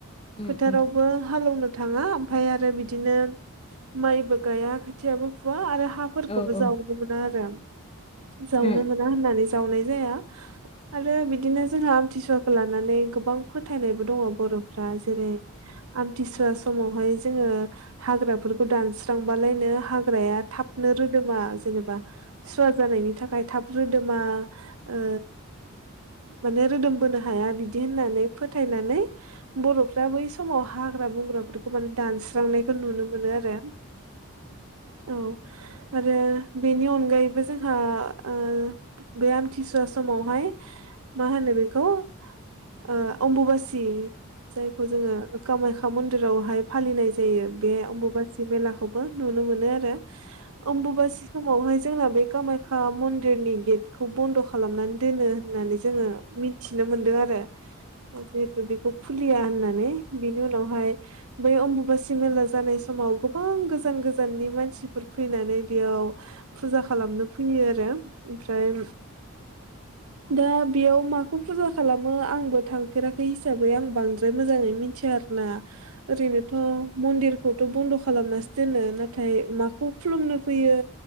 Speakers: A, on the left; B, on the right.
A: उम
B: फोथारावबो
A: उम
B: हालेवनो थाङा ओमफ्राय आरो बिदिनो माइबो गाया खोथियाबो फुवा आरो हाफोरखौबो
A: औ औ
B: जावनो मोना आरो जावनो
A: औ
B: मोना होननानै जावनाय जाया आरो बिदिनो जोंहा आमथिसुवाखौ लानानै गोबां फोथायनायबो दङ बर' फ्रा जेरै आमथि सुवा समावहाय जोङो हाग्राफोरखौ दानस्रांबालायनो हाग्राया थाबनो रोदोमा जेनेबा सुवा जानायनि थाखाय थाब रोदोमा ओ माने रोदोमबोनो हाया बिदि होननानै फोथायनानै बर'फ्रा बै समाव हाग्रा बंग्राफोरखौ माने दानस्रांनायखौ नुनो मोनो आरो औ आरो बेनि अनगायैबो जोंहा ओ बे आमथिसुवा समावहाय मा होनो बेखौ आ अमबुबासि जायखौ जोङो कामाख्या मन्दिरावहाय फालिनाय जायो बे अम्बुबासि मेला खौबो नुनो मोनो आरो मबुबासि समावहाय जोंना बे कामाख्या मन दिरनि गेटखौ बन्द' खालामनानै दोनो होननानै जोङो मिथिनो मोनदों आरो जिहेतु बिखौ खुलिया होननानै बिनि उनावहाय बै अम्बुबासि मेला जानाय समाव गोबां गोजान गोजाननि मानसिफोर फैनानै बेयाव फुजा खालामनो फैयो आरो ओमफ्राय दा बेयाव माखौ फुजा खालामो आंबो थांफेराखै हिसाबै आं बांद्राय मोजाङै मिथिया आरो ना ओरैनोथ' मन्दिर खौथ' बन्द' खालामनासो दोनो नाथाय माखौ खुलुमनो फैयो